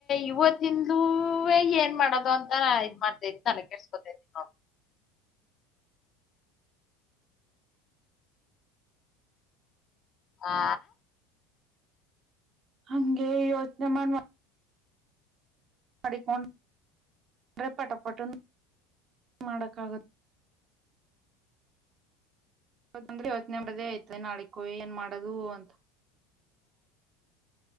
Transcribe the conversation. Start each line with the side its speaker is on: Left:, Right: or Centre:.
Left: ಇವತ್ತಿಂದುವೆ ಏನ್ ಮಾಡೋದು ಅಂತ ಇದ್ ಮಾಡ್ತಾ ನ ಕೇಳ್ಸಕೊತೇ ಇದತೀನ <unintelligible>
Right: <unintelligible>
Left: ಆ
Right: ಹಂಗೆ ಯೋಚ್ನೆ ಮಾಡ ಮಾಡಡಿಕೊಂಡ ಅಂದ್ರೆ ಪಟಪಟ್ಟು ಮಾಡಕ್ಕಾಗದು ಇಂದ್ರೆ ಇವತ್ ನಡ್ದೇ ಐ್ತ ನಾಳಕ್ಕು ಏನ್ ಮಾಡದು ಅಂತ